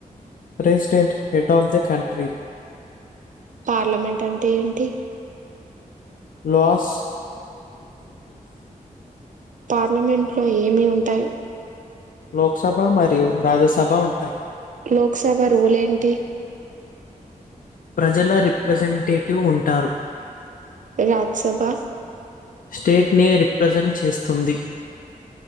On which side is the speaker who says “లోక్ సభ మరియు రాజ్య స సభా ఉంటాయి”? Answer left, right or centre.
Left